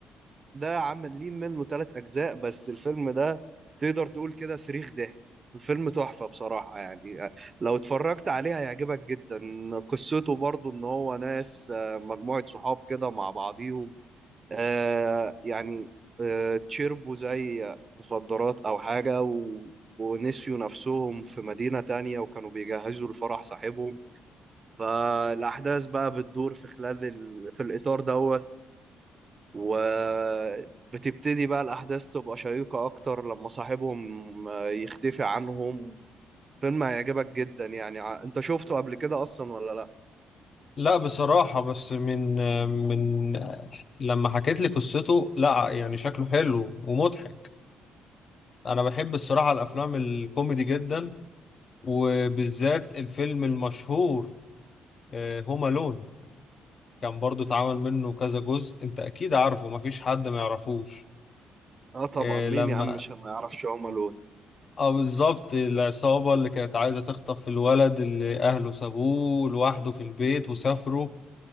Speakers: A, on the right; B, on the left.
A: ده عاملين منه ثلاث اجزاء بس الفيلم ده تقدر تقول كده صريخ ضحك الفيلم تحفة بصراحة يعني آه، لو اتفرجت عليه هيعجبك جدا قصته برضو ان هو ناس آه، مجموعة صحاب كده مع بعضيهم آه، يعني آه، تشربوا زي مخدرات او حاجة و... ونسيوا نفسهم في مدينة تانية وكانوا بيجهزوا لفرح صاحبهم فالأحداث بقى بتدور في خلال ال... في الإطار دوت وبتبتدي بقى الأحداث تبقى شيقة أكتر لما صاحبهم آه، يختفي عنهم فيلم هيعجبك جدا يعني ع- أنت شفته قبل كده أصلا ولا لأ؟
B: لا بصراحة بس من من لما حكيت لي قصته لا يعني شكله حلو ومضحك أنا بحب الصراحة الأفلام الكوميدي جدا وبالذات الفيلم المشهور آه، هوم ألون كان برضو اتعمل منه كذا جزء أنت أكيد عارفه مفيش حد ما يعرفوش
A: آه طبعا
B: آه،
A: مين
B: لما
A: يا عم مش ما يعرفش هوم ألون
B: اه بالظبط العصابة اللي كانت عايزة تخطف الولد اللي أهله سابوه لوحده في البيت وسافروا